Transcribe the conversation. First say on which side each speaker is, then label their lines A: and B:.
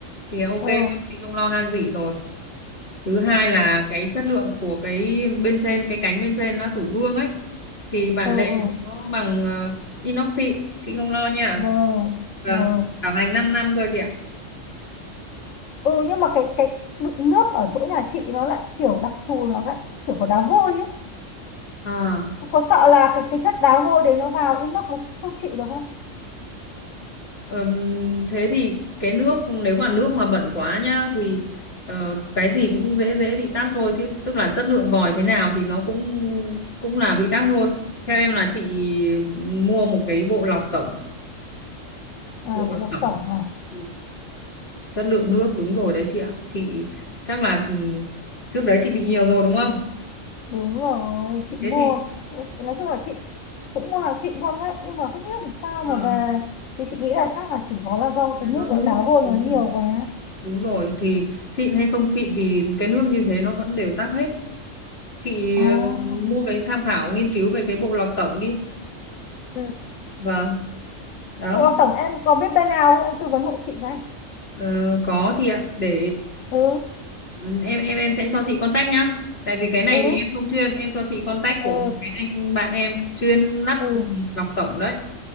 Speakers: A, on the left; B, on the left.
A: Thì ok
B: ừ
A: không thì không lo han rỉ rồi thứ hai là cái chất lượng của cái bên trên cái cánh bên trên nó tủ gương ấy thì bản
B: ừ
A: lề
B: ừ
A: nó bằng ờ, inox xịn chị không lo nha
B: rồi
A: vâng
B: rồi.
A: bảo hành 5 năm cơ chị ạ
B: Ừ nhưng mà cái cái đựng nước ở chỗ nhà chị nó lại kiểu đặc thù nó lại kiểu có đá vôi ấy
A: à
B: Có sợ là cái cái chất đá vôi đấy nó vào inox nó không chịu được không?
A: ừm, thế thì cái nước nếu mà nước mà bẩn quá nhá thì ờ, cái gì cũng dễ dễ bị tắc thôi chứ tức là chất lượng vòi thế nào thì nó cũng cũng là bị tắc thôi theo em là chị mua một cái bộ lọc tổng
B: À
A: bộ
B: bộ
A: lọc
B: độc
A: tổng
B: tổng à?
A: Ừ. chất lượng nước đúng rồi đấy chị ạ chị chắc là ừ, trước đấy chị bị nhiều rồi đúng không
B: Đúng rồi, chị
A: thế
B: mua
A: thì
B: nói chung là chị cũng mua hàng xịn không đấy nhưng mà không biết là sao
A: vâng
B: mà về thì chị nghĩ là chắc là chỉ có là do
A: là
B: cái nước
A: do nước
B: ở đá vôi
A: đúng
B: nó nhiều
A: rồi.
B: quá.
A: đúng rồi thì xịn hay không xịn thì cái nước như thế nó vẫn đều tắc hết chị
B: À.
A: ừ, mua cái tham khảo nghiên cứu về cái bộ lọc tổng đi
B: Ừ.
A: vâng đó
B: Bộ độc tổng em có biết bên nào không? Em tư vấn hộ chị cái.
A: Ờ, có chị ạ để
B: Ừ,
A: ừ, em em em sẽ cho chị contact nhá tại vì cái này
B: ừ,
A: thì em không chuyên em cho chị contact
B: ừ,
A: của một cái anh bạn em chuyên lắp
B: ừ.
A: lọc tổng đấy